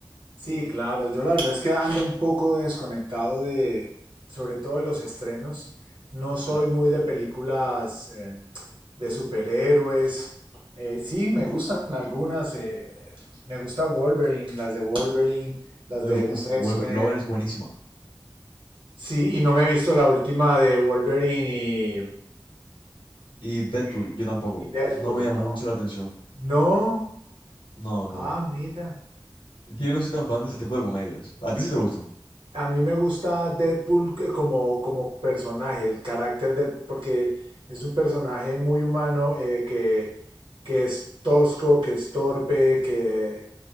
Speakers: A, on the right; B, on the left.
A: Sí, claro. Yo la verdad es que ando un poco desconectado de, sobre todo de los estrenos. No soy
B: Claro.
A: muy de películas eh, de superhéroes. Eh, sí, me gustan algunas. eh, me gusta Wolverine, las de Wolverine, las
B: Eh,
A: de
B: Uf,
A: los X-Men.
B: vuelve- Logan es buenísima.
A: Sí, y no me he visto la última de Wolverine y,
B: Y Deadpool,
A: y,
B: yo tampoco.
A: y Deadpool.
B: No me llamó
A: No.
B: mucho la atención.
A: No.
B: No, no.
A: Ah, mira.
B: Es que Yo no soy tan fan de ese tipo de comedias. ¿A ti sí te gustan?
A: A mí me gusta Deadpool que- como, como personaje, el carácter del, porque es un personaje muy humano eh, que, que es tosco, que es torpe, que,